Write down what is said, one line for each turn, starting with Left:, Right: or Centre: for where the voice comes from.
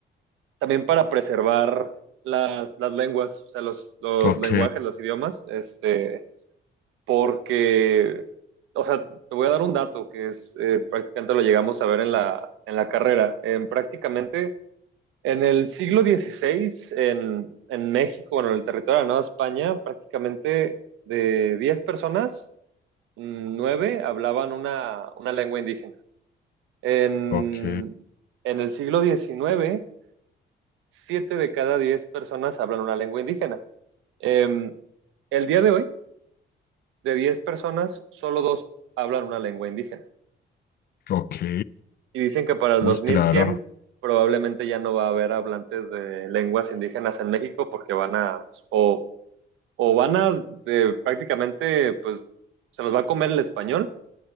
Right: también para preservar las, las lenguas, o sea, los, los
Left: ok,
Right: lenguajes, los idiomas, este, porque, o sea, te voy a dar un dato que es eh, prácticamente lo llegamos a ver en la, en la carrera. En prácticamente en el siglo XVI, en, en México, bueno, en el territorio de la Nueva España, prácticamente de 10 personas, mm, 9 hablaban una, una lengua indígena. En,
Left: ok,
Right: en el siglo XIX, 7 de cada 10 personas hablan una lengua indígena. Em, el día de hoy, de 10 personas, solo dos hablan una lengua indígena.
Left: ok.
Right: Y dicen que para el
Left: Uy,
Right: 2100
Left: claro,
Right: probablemente ya no va a haber hablantes de lenguas indígenas en México porque van a, pues, o, o van a de, prácticamente, pues se los va a comer el español